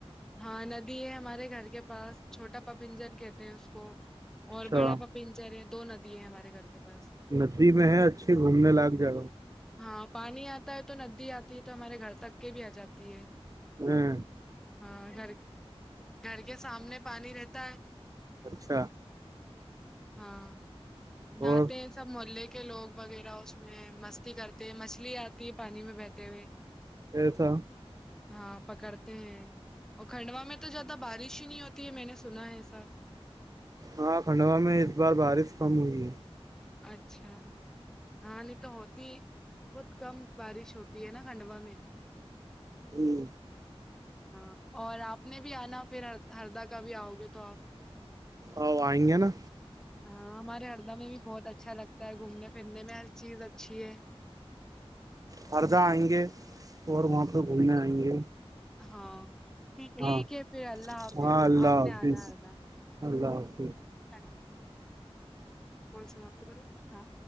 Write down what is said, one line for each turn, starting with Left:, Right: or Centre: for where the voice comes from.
Centre: ہاں ندی ہے ہمارے گھر کے پاس چھوٹا پپنجن کہتے ہیں اس کو
Right: اچھا
Centre: اور بڑا پپنجر ہے دو ندی ہیں ہمارے گھر کے پاس
Right: ندی میں ہے اچھے گھومنے لاق جائے
Centre: ہاں پانی آتا ہے تو ندی آتی ہے تو ہمارے گھر تک کے بھی آ جاتی ہے
Right: ہوں
Centre: ہاں گھر گھر کے سامنے پانی رہتا ہے
Right: اچھا
Centre: ہاں نہاتے
Right: اور
Centre: ہیں سب محلے کے لوگ وغیرہ اس میں مستی کرتے ہیں مچھلی آتی ہے پانی میں بہتے ہوئے
Right: ایسا
Centre: ہاں پکڑتے ہیں اور کھنڈوا میں تو زیادہ بارش ہی نہیں ہوتی ہے میں نے سنا ہے ایسا
Right: ہاں کھنڈوا میں اس بار بارش کم ہوئی ہے
Centre: اچھا ہاں نہیں تو ہوتی ہی بہت کم بارش ہوتی ہے نا کھنڈوا میں
Right: ہوں
Centre: ہاں اور آپ نے بھی آنا پھر ہردا کا بھی آؤ گے تو آپ
Right: او آئیں گے نا
Centre: ہاں ہمارے ہردہ میں بھی بہت اچھا لگتا ہے گھومنے پھرنے میں ہر چیز اچھی ہے
Right: ہردہ آئیں گے اور وہاں پہ گھومنے آئیں گے
Centre: ہاں ٹھیک
Right: ہاں
Centre: ہے پھر اللہ حافظ
Right: ہاں اللہ
Centre: آپ نے
Right: حافظ
Centre: آنا ادا
Right: اللہ حافظ
Centre: تن کون سماپتی کر ہاں